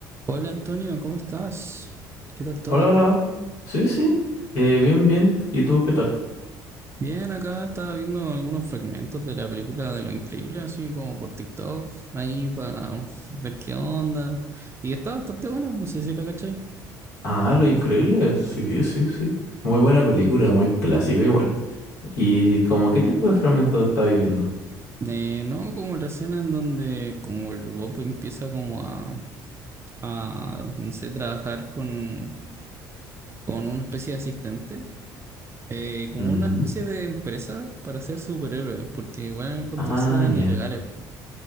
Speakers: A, on the right; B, on the left.
A: Hola Antonio, ¿cómo estás? ¿Qué tal todo?
B: Hola, hola. Sí, sí. Eh, bien, bien. ¿Y tú qué tal?
A: Bien, acá estaba viendo algunos fragmentos de la película de Lo Increíble, así como por TikTok, ahí para ver qué onda. Y está bastante buena, no sé si la cachai.
B: Ah, Lo Increíble. Sí, sí, sí. Muy buena película, muy clásica igual. ¿Y como qué tipo de fragmento está viviendo?
A: De, no, como la escena en donde como el Bob empieza como a, a no sé, trabajar con, con una especie de asistente, eh, como
B: Mm,
A: una especie de empresa para ser superhéroe, porque igual en el contexto
B: Ah,
A: eran
B: ya.
A: ilegales,